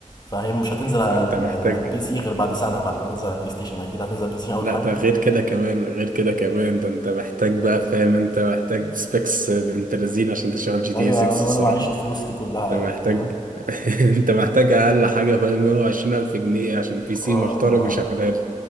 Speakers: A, on the left (about 30°); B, on the right (about 80°).
A: فهي مش هتنزل على
B: انت
A: ال-
B: محتاج
A: على البي سي غير بعد سنه بعد ما تنزل على البلاي ستيشن اكيد هتنزل على البلاي ستيشن اول
B: لا
A: حاجه
B: ده غير كده كمان غير كده كمان ده انت محتاج بقى فاهم انت محتاج سبيكس بنت لذين عشان تشغل جي
A: ايوه
B: تي اي 6
A: انا وانا
B: الصراحه
A: معيش الفلوس دي كلها
B: انت
A: يعني
B: محتاج
A: ف
B: <laughs> انت محتاج اقل حاجه فاهم 120 الف جنيه عشان بي سي
A: اه
B: محترم
A: ما-
B: يشغلها لك.